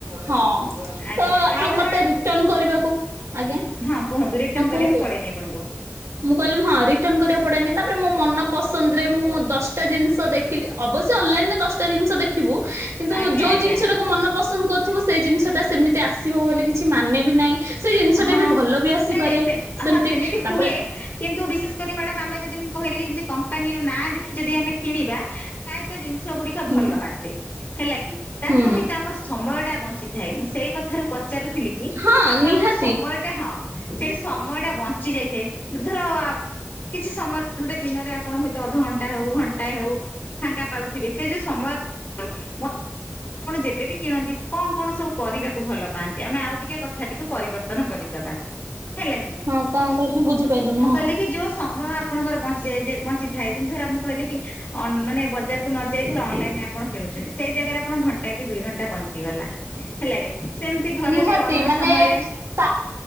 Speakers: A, on the right; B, on the left.
A: ହଁ
B: ଆଜ୍ଞା
A: ତ
B: ଆ
A: ଆଉ
B: କିନ୍ତୁ
A: ମତେ
B: ମ୍ୟାଡାମ
A: ରିଟନ୍ କରିବାକୁ ଆଜ୍ଞା
B: ହଁ କୁହନ୍ତୁ ରିଟର୍ଣ
A: ହଁ
B: କରିବାକୁ
A: କୁହନ୍ତୁ।
B: ପଡେନି ଆପଣଙ୍କୁ।
A: ମୁଁ କହିଲି ହଁ ରିଟର୍ନ କରିବାକୁ ପଡ଼େନି ତାପରେ ମୋ ମନ ପସନ୍ଦ ରେ ମୁଁ ଦଶଟା ଜିନିଷ ଦେ। ଖିଲି ଅବଶ୍ୟ ଅନଲାଇନ୍ ରେ ଦଶଟା ଜିନିସ ଦେଖିବୁ କିନ୍ତୁ
B: ଆଜ୍ଞା
A: ଯୋଉ
B: ଆଜ୍ଞା
A: ଜିନିଷ ଟାକୁ ମନ ପସନ୍ଦ କର। ଥିବୁ ସେଇ ଜିନିଷଟା ସେମିତି ଆସିବ ବୋଲି କିଛି ମାନେ ବିି ନାହିଁ। ସେଇ ଜିନିଷଟା
B: ହଁ
A: ବି ଭଲ ବି ଆସିପାରେ,
B: ନାଇଁ ନାଇଁ ସେ
A: ସେମିତି
B: ହଁ
A: ତାପରେ
B: ହୁଏ କିନ୍ତୁ ବିଶେସ୍ କରି ମ୍ୟାଡମ୍ ଆମେ ଯଦି, ମୁଁ କହିଲି ଯେମତି କମ୍ପାନୀ ର ନାଁ ଦେଖି ଦେଖି ଯଦି ଆମେ କିଣିବା, ପ୍ରାୟତ ଜିନିଷ ଗୁଡ଼ିକ
A: ହୁଁ
B: ଭଲ ଆସେ। ହେଲା କି, ତା
A: ହୁଁ।
B: ସହିତ ଆମର ସମୟ ଟା ବଞ୍ଚିଥାଏ। ମୁଁ ସେଇ କଥାରୁ ପଚାରୁଥିଲି କି
A: ହଁ
B: ଆପଣ
A: ନିହା
B: ଯୋଉ ସମୟଟା ହଁ। ସେଠି ସମୟ ଟା ବଞ୍ଚି ଯାଇଥାଏ। ଧର କିଛି ସମୟ, ଗୋଟେ ଦିନରେ ଆପଣ ହୁଏତ ଅଧଘଣ୍ଟା ହଉ, ଘଣ୍ଟା ହଉ ଫାଙ୍କା ପାଉଥିବେ। ସେ ଯୋଉ ସମୟ, <unintelligible> ଆପଣ ଯେବେବି କିଣନ୍ତି କଣ କଣ ସବୁ କରିବାକୁ ଭଲ ପାଆନ୍ତି? ଆମେ ଆଉ ଟିକେ କଥା ଟିକେ ପରିବର୍ତ୍ତନ କରିଦବା ହେଲା କି? ମୁଁ
A: ହଁ କଣ କହିଲେ ବୁଝିପାରିଲୁନି ହଁ।
B: କହିଲି କି ଯୋଉ ସମୟ, ଆପ୍ ଆପଣଙ୍କର ବଞ୍ଚିଯାଏ, ଯେ ବଞ୍ଚିଥାଏ। କିନ୍ତୁ ଧର ମୁଁ କହିଲିକି ଅନ୍- ବଜାର କୁ ନଯାଇଥାଉ ଅନଲାଇନ୍ ରେ ଆପଣ କିଣୁଛନ୍ତି। ସେଇ ଜାଗାରେ ଆପଣ ଘଣ୍ଟା କି ଦୁଇ ଘଣ୍ଟା, ବ ସି ଗଲା, ହେଲାକି ସେମିତି ଘରେ
A: ନିହାତି
B: ବି ଅନ୍ୟ
A: ମାନେ
B: ସମୟରେ,
A: ତା